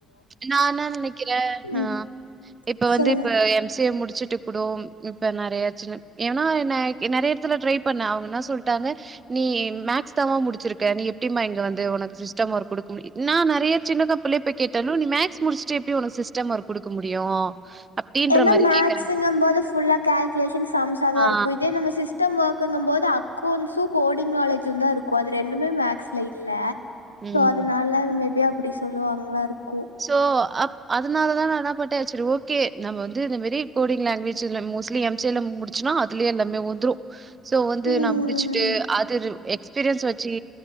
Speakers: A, on the right (about 30°); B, on the left (about 80°).
A: நா என்ன நெனைக்கிறே
B: ம்
A: ஆஹ் இப்ப வந்து
B: சொல்லுங்க
A: இப்ப எம் சி ஏ முடிச்சுட் இப்பகூடோம் இப்ப நறைய சின்ன ஏன்னா நறைய எடத்துல ட்ரை பண்ணங்க என்ன சொல்லிட்டாங்க நீ மேக்ஸ் தாமா முடிச்சிருக்க நீ எப்படிமா இங்க வந்து உனக்கு சிஸ்டம் வொர்க் கொடுக்க முடியும் நா நெறைய சின்ன தாப்பலே கேட்டாலும் நீ மேக்ஸ் முடிச்சுட்டு எப்படி ஒனக்கு சிஸ்டம் ஒர்க் குடுக்க முடியும் அப்டின்ற
B: ஏன்னா
A: மாரி
B: மேக்ஸ்
A: கேக்குறாங்க.
B: சிங்ம் போது புல்லா கல்குலேஷன் சம்ஸா தான்
A: ஆ.
B: இருக்கும் இதே நம்ம சிஸ் சிஸ்டம் ஒர்க்குங்கும்போது அக்கௌண்ட்ஸும் கோடிங் நாலேஜும் தான் இருக்கும் அது ரெண்டுமே மேக்ஸ்ல இல்ல
A: ம்.
B: சோ அதுனால மேபி அப்படி சொல்லுவாங்களாம் இருக்
A: சோ அப் அதனாலதான் நான் என்ன பண்டேன் சரி ஓகே நம்ம வந்து இந்த மாரி கோடிங் லாங்குவேஜ் மோஸ்ட்லி எம்சேல முடிச்சு அதுலயே எல்லாமே வந்துடும் சோ வந்து
B: ம்
A: நா முடிச்சுட்டு அது ரு எக்ஸ்பீரியன்ஸ் வச்சு